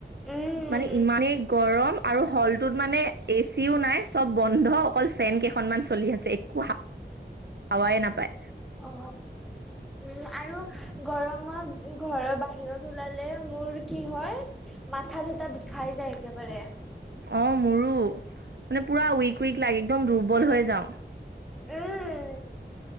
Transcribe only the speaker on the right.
মানে ইমানেই গৰম আৰু হ'লটোত মানে। এচিও নাই চব বন্ধ অকল ফেন কেইখনমান চলি আছে। একো হাৱাই নাপায়।
অ, মোৰো মানে পুৰা উইক, উইক লাগে একদম দুৰ্বল
হৈ যাওঁ।